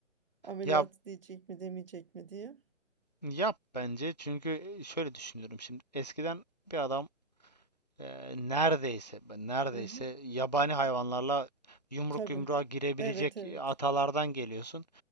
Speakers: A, on the right; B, on the left.
A: ameliyat
B: Yap,
A: diyecek mi demeyecek mi diye.
B: yap bence çünkü e, şöyle düşünüyorum şimdi. Eskiden bir adam e, neredeyse neredeyse
A: Hı hı.
B: yabani hayvanlarla yumruk
A: Tabii.
B: yumruğa girebilecek
A: Evet evet.
B: e, atalardan geliyorsun.